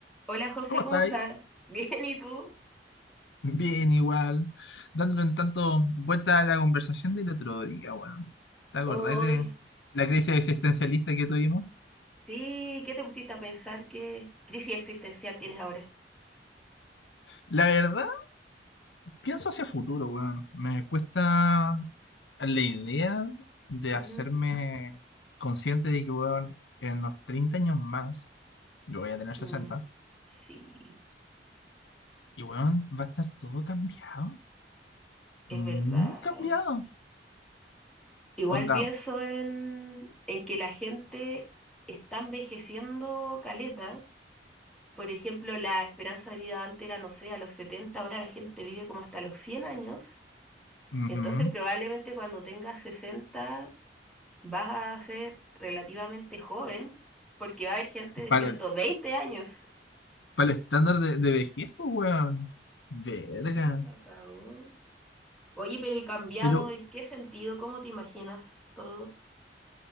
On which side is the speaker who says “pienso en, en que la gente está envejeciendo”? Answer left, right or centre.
Centre